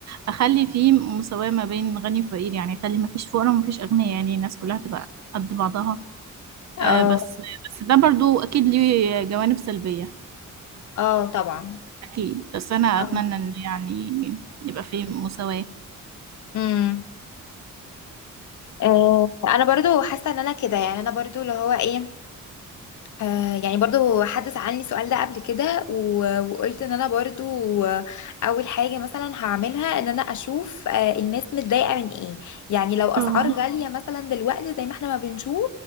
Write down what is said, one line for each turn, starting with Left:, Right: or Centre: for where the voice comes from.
Right: اخلي فيه مساواه ما بين غني وفقير يعني اخلي ما فيش فقراء وما فيش اغنياء يعني الناس كلها تبقى قد بعضها
Left: اه
Right: آه، بس بس ده برضو اكيد ليه جوانب سلبيه
Left: اه طبعا
Right: اكيد بس انا
Left: اه
Right: اتمنى ان يعني يبقى فيه مساواه
Left: امم آه انا برضو حاسه ان انا كده يعني انا برضو اللي هو ايه آه، يعني برضو حد سألني السؤال ده قبل كده و- وقلت ان انا برضو آه، اول حاجة مثلا هعملها ان انا اشوف آه، الناس متضايقة من ايه يعني لو اسعار
Right: اه
Left: اه غالية مثلا دلوقتي زي ما احنا ما بنشوف